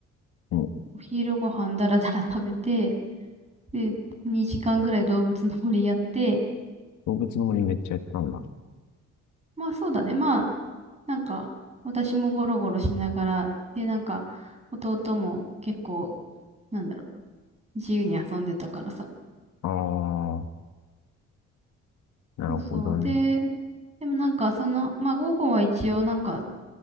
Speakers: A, on the left; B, on the right.
A: うん。
B: お昼ご飯だらだら食べて、で、2時間ぐらい動物の森やって、
A: 動物の森めっちゃやったんだ。
B: まあそうだね、まあ、なんか、私もゴロゴロしながら、で、なんか、弟も結構、なんだろう、自由に遊んでたからさ。
A: あー、なるほどね。
B: そうそう。で、でもなんかその、まあ午後は一応なんか